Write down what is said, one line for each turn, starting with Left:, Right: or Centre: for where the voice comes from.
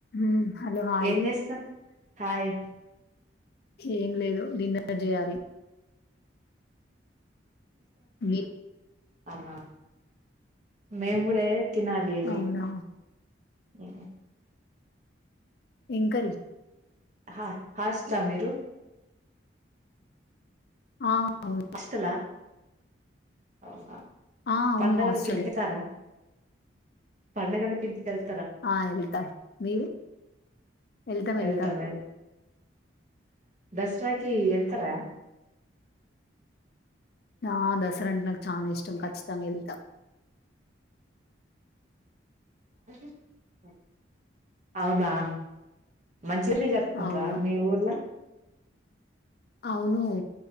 Left: ఊ hello hi
Right: ఏం చేస్తా హాయ్
Left: ఏం లేదు డిన్నర్ జేయాలి మీ
Right: అనా మేం కూడే తినాలి ఎల్లి
Left: అవునా
Right: <unintelligible>
Left: ఏం కరి
Right: హా హాస్లా మీరు
Left: ఆ అవును
Right: హాస్టల్ ఆ అవునా
Left: ఆ అవును
Right: పండగలకు
Left: హాస్టలే
Right: ఇంటికెతారా పండగలకు ఇంటికెళ్
Left: ఆ ఏళ్తాం మీరు ఎళ్తాం
Right: వెళ్తాం
Left: ఎళ్తాం
Right: దస్రాకి ఎళ్తరా
Left: ఆ దసరా అంటే నాకు చానా ఇష్టం ఖచ్చితంగా ఎళ్తా
Right: <inaudible> అవునా మంచినిగనే జరుపుకుంటారా
Left: అవును
Right: మీ ఊర్ల
Left: అవును